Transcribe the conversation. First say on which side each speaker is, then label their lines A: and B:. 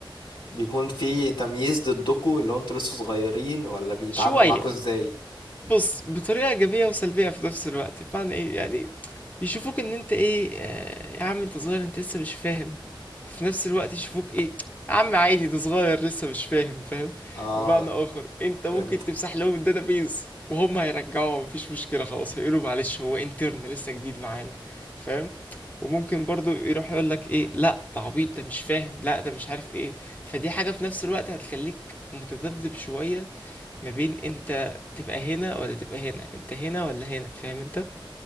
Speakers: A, on the left; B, on the left.
A: بيكون في تمييز ضدكوا اللي هو انتوا لسه صغيرين ولا بيتعاملوا
B: فشوية
A: معاكوا ازاي
B: بص بطريقة إيجابية وسلبية في نفس الوقت بمعنى إيه يعني يشوفوك إن أنت إيه آه، يا عم أنت صغير أنت لسه مش فاهم وفي نفس الوقت يشوفوك إيه يا عم عادي ده صغير لسه مش فاهم فاهم
A: اه
B: بمعنى آخر أنت ممكن
A: فهمت
B: تمسح لهم الداتابيز وهم هيرجعوها مفيش مشكلة خلاص هيقولوا معلش هو انترن لسه جديد معانا فاهم وممكن برضو يروح يقول لك ايه لا ده عبيط ده مش فاهم لا ده مش عارف ايه فدي حاجة في نفس الوقت هتخليك متذبذب شوية ما بين انت تبقى هنا ولا تبقى هنا انت هنا ولا هنا فاهم انت